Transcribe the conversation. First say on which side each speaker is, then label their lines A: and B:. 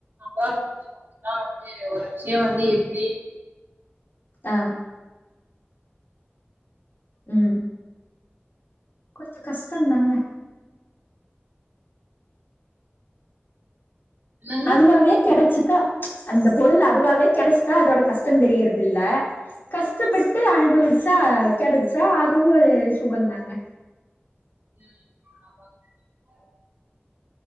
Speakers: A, on the right; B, on the left.
A: புறா குஞ்சுக்கு மட்டும் தான் வந்து ஒரு விஷயம் வந்து எப்படி
B: ஆ உம் கொஞ்சோ கஷ்டம் தாங்க
A: என்னங்க
B: அதுவாவே கிடைச்சிடா அந்த பொருள் அதுவாவே கிடைச்சிட்டா அதோட கஷ்டம் தெரியறது இல்ல கஷ்டப்பட்டு அனுபவிச்சா கிடைச்சா அதுவும் ஒரு சுகம்தாங்க
A: உம் ஆமாங்க கண்டிப்பா